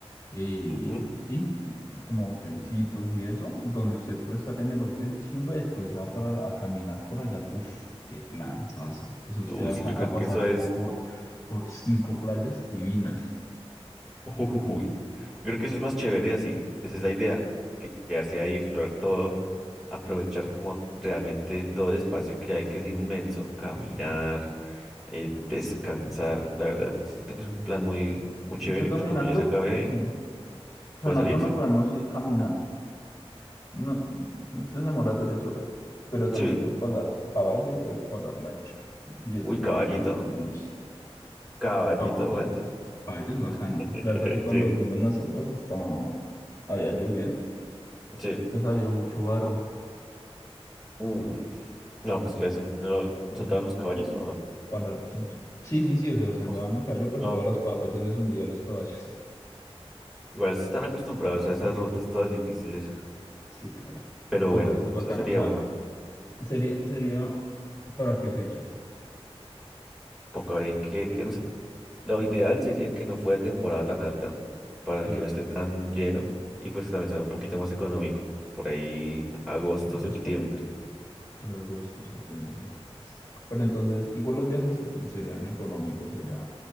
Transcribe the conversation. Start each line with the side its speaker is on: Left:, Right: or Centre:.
Left: eh,
Centre: Ujú.
Left: sí, como hotelcitos y eso, donde usted puede estar en el hotel chimba y después se va para, a caminar por allá. Uf, qué planazo. O sea, usted
Centre: Uy,
Left: alcanza
Centre: sí, yo creo
Left: a pasar
Centre: que eso es...
Left: como por, por cinco playas divinas.
Centre: <laughs> Yo creo que eso es más chévere así, esa es la idea, que quedarse ahí, explorar todo, aprovechar como realmente todo el espacio que hay, que es inmenso, caminar, eh, descansar, la verdad, siento que es un plan muy, muy chévere
Left: Usted
Centre: y
Left: caminando,
Centre: pues cuando ya se acabe ahí,
Left: sí. O sea,
Centre: puede
Left: nosotros
Centre: salir,
Left: nos
Centre: sí,
Left: podemos ir caminando. No, esto se demora tres horas, pero también
Centre: sí,
Left: puede pagar caballo, puede pagar lancha. Y eso
Centre: uy,
Left: demora
Centre: caballito,
Left: 15 minutos.
Centre: caballito
Left: Cab-
Centre: aguanta,
Left: Caballo, pues. Caballo es bacano.
Centre: <laughs>
Left: Plaza que cuando
Centre: sí,
Left: fuimos nosotros estaba... había llovido,
Centre: sí,
Left: entonces había mucho barro.
Centre: Mm. No, pues claro, si no no soltaban los caballos o no.
Left: Para... Sí, sí, sí, o sea, se andaban
Centre: Uf,
Left: en caballo, pero
Centre: no,
Left: todas las patas se les hundía a los caballos. Sí,
Centre: igual están acostumbrados a esas rutas todas difíciles,
Left: sí, claro.
Centre: pero
Left: no
Centre: bueno,
Left: pero eso es bacano.
Centre: eso sería
Left: O sea,
Centre: uno.
Left: sería, sería ¿para qué fechas?
Centre: Pongámosle que, que no sé, lo ideal sería que no fuera temporada tan alta para
Left: Pero
Centre: que no esté tan lleno y pues también sea un poquito más económico. Por ahí agosto,
Left: agosto.
Centre: septiembre.
Left: Pero agosto, septiembre, sí. Pero entonces, igual los viajes ser- serían económicos allá,